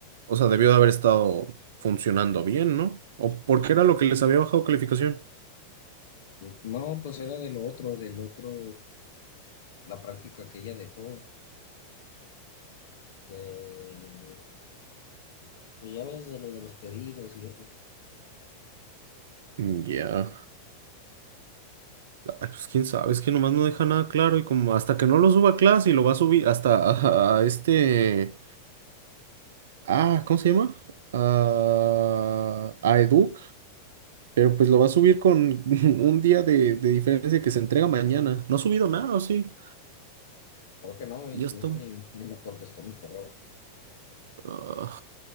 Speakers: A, on the right (about 60°); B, on the left (about 55°).
A: o sea, debió de haber estado funcionando bien, ¿no? ¿O porque era lo que les había bajado calificación?
B: No, pues era de lo otro, del otro, la práctica que ella dejó, de, pues ya ves, de lo de los pedidos y eso.
A: Ya. Ay, pues quién sabe, es que nomás no deja nada claro y como hasta que no lo suba a clase y lo va a subir hasta a, a este... Ah, ¿cómo se llama? A, a Educ, pero pues lo va a subir con <laughs> un día de, de diferencia que se entrega mañana. No ha subido nada, ¿o sí?
B: Creo que no, incluso
A: Ya está,
B: ni, ni me contestó mi correo.
A: ah,